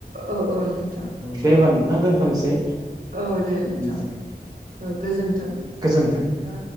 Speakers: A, on the right; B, on the right.
A: औ औ नोंसां
B: दे
A: औ
B: होमबा नोंथां
A: औ दे
B: दोनथ'नोसै
A: औ दे नोंथां।
B: दे
A: औ गोजोन्थों।
B: गोजोन्थों
A: ओ